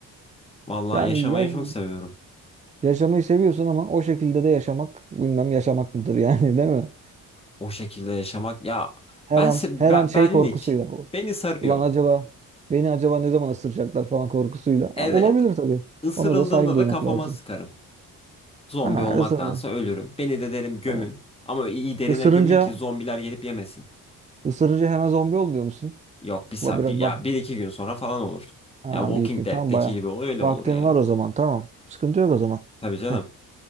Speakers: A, on the left; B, on the right.
A: Vallahi
B: Yani
A: yaşamayı
B: yaş-
A: çok seviyorum.
B: yaşamayı seviyorsun ama o şekilde de yaşamak bilmem yaşamak mıdır yani <laughs> değil mi?
A: O şekilde yaşamak ya
B: Her
A: ben
B: an
A: se-
B: her
A: be-
B: an şey
A: benlik
B: korkusuyla.
A: beni sarıyor.
B: Ulan acaba beni acaba ne zaman ısıracaklar falan korkusuyla.
A: Evet,
B: Ama olabilir tabii.
A: ısırıldığımda
B: Ona da saygı duymak
A: da kafama
B: lazım.
A: sıkarım. Zombi
B: Ha
A: olmaktansa
B: ısırma.
A: ölürüm. Beni de derim gömün.
B: Evet.
A: Ama iyi derine
B: Isırınca
A: gömün ki zombiler gelip yemesin.
B: ısırınca hemen zombi olmuyor musun?
A: Yok bir, sa-
B: Va- Biraz
A: bir- ya
B: bak.
A: bir iki gün sonra falan olur.
B: Ha
A: Ya Walking
B: bir iki.
A: Dead'deki
B: Tam baya.
A: gibi oluyor öyle
B: Vaktin
A: olur yani.
B: var o zaman. Tamam. Sıkıntı yok o zaman.
A: Tabii canım.
B: <laughs>